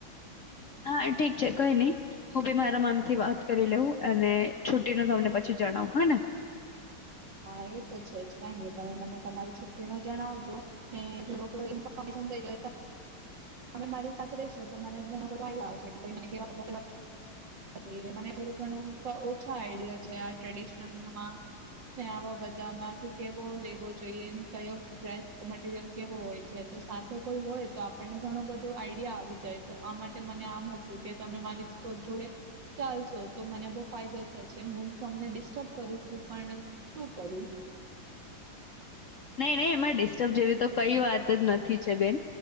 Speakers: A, on the left; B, on the right.
A: હા ઠીક છે. કઈ નહી હું ભી મારા મામથી વાત કરી લેઉં અને છુટી નું તમને પછી જણાવ હ ને.
B: હા એ તો છે જ કાઈ નહી તમે મને તમારી છુટી નો જણાવજો ને. લોકો <unintelligible> તમે મારી સાથે રેશો તો મને ઘણો બધો આઇડિયા આવશે કે ભાઈ મને કેવા કપડા લેવા જોઈએ મને થોડું ઘણું ઓછો આઈડિયા છે આ ટ્રેડિશનલમાં. ને આવા બધામાં કે કેવો લેવો જોઈએ કયો ડ્રેસ મટીરિયલ કેવો હોય છે તો સાથે કોઈ હોય તો આપણને ઘણું બધું આઈડિયા આવી જાય. તો આ માટે મને આમ હતું કે તમે મારી <unintelligible> જોડે ચાલશો તો મને બો ફાયદો થશે હું તમને ડિસ્ટર્બ કરું છું પણ શું કરું.
A: નહીં નહીં એમાં ડિસ્ટર્બ જેવી તો કઈ વાત જ નથી છે બેન